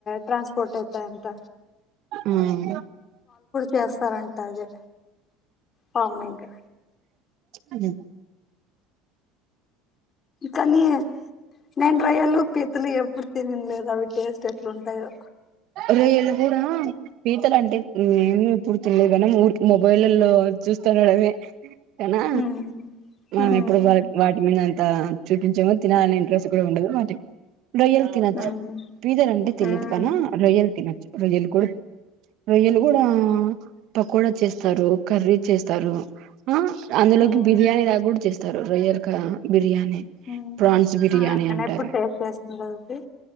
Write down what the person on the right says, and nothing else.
ఉమ్
ఉమ్
రొయ్యలు కూడా పీతల అంటే మేమి పుడుతున్నా మనం ఊరి మొబైల్ల్లో చూస్తుండడమే అయినా
మనం
ఎప్పుడు వాళకి వాటి మీద చూపించేమో తినాలనే ఇంట్రెస్ట్ కూడా ఉండదు వాటి రొయ్యలు తినచ్చు
పీతలు అంటే తెలిదు
కన రొయ్యలు తినొచ్చు రొయ్యలు కూడా రొయ్యలు కూడా పకోడా చేస్తారు కర్రీ చేస్తారు ఆ అందులోకి
బిర్యానీ లాగా కూడా చేస్తారు రు రొయ్యలు గ బిర్యానీ
ప్రాన్స్ బిర్యాని
అంటారా